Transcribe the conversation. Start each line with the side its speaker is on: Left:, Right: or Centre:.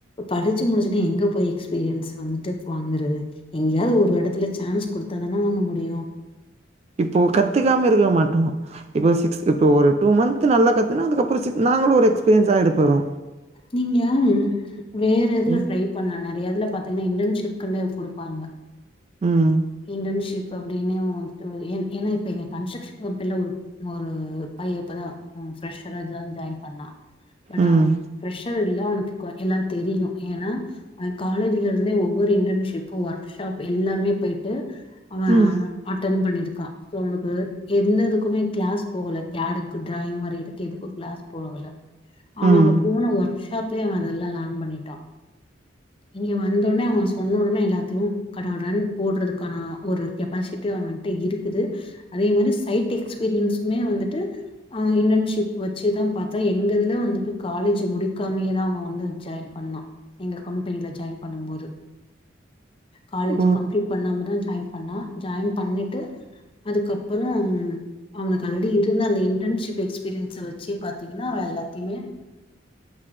Left: படிச்சு முடிச்சுட்டு
Right: ம்
Left: எங்க போய் எக்ஸ் பீரியன்ஸ் வந்துட்டு வாங்கறது எங்கயாவது ஒரு எடத்துல சான்ஸ் குடுத்தா தான <unintelligible> டியு
Right: இப்போ கத்துக்காம இருக்கற மாட்டோ இப்போ சிக்ஸ் இப்போ ஒரு டூ மன்த் நல்லா கத்துனா அதுக்கப்றோ சிக் நாங்களு ஒரு எக்ஸ்பீரியன்ஸாகிட போறோ
Left: நீங்க யாரு வேறு இதுல
Right: ம்
Left: ட்ரை பண்லா நெறயா இதுல பாத்தீங்கனா இன்டர்ன்ஷிப்க்குனே குடுப்பாங்க
Right: ம்
Left: இன்டர்ன்ஷிப் அப்டின்னே வந்துட்டு ஏன் ஏனா இப்ப எங்க கன்ஸ்ட்ரக்ஷன் கம்பெனில ஒரு ஒரு பைய இப்பதா ம் ஃபெரஷ்ஷரா ஜ ஜாய்ன் பண்ணா அதா
Right: ம்
Left: ஃபிரஷருல்ல உனக்கு கொ எல்லா தெரியு ஏனா அ காலேஜ்ல ந்தே ஒவ்வொரு இன்டர்ன்ஷிப் ஒர்க்ஷாப் எல்லாமே போய்ட்டு ஆ
Right: ம்
Left: அட்டன் பண்ணிருக்கா சோ உனக்கு எந்ததுக்குமே கிளாஸ் போகல கேருக்கு டிராயிங் வரையிரக்கு எதுக்கு கிளாஸ் போகல அவன்
Right: ம்
Left: அங்க போன ஒர்க்ஷாப்லயே அவ அதெல்லா லேர்ன் பண்ணிட்டா இங்க வந்தோட்னே அவ சொன் ன்ன எல்லாத்யு கட கடனு போட்றதுக்கான ஒரு கெப்பாசிட் அவன்ட்ட இருக்குது அதே மாரி சைட் எக்ஸ்பீரியன்ஸ்மே வந்துட்டு அவ இன்டர்ன்ஷிப் வச்சுதா பாத்தா எங்கதுல வந்துட்டு காலேஜ் முடிக்காமயேதா அவ வந்து ஜாய்ன் பண்ணா கம்பெனில ஜாய்ன் பண்ணும்போது காலேஜ்
Right: ஓ
Left: கம்ப்ளி பண்ணாமதா ஜாய்ன் பண்ணா ஜாய்ன் பண்ணிட்டு அதுக்கப்பறோம் அவனுக்கு ஆல்ரெடி இருந்த அந்த இன்டர்ன்ஷிப் எக்ஸ்பீரியன்ஸ வச்சே பாத்தீங்ன்னா அவ எல்லாத்தியுமே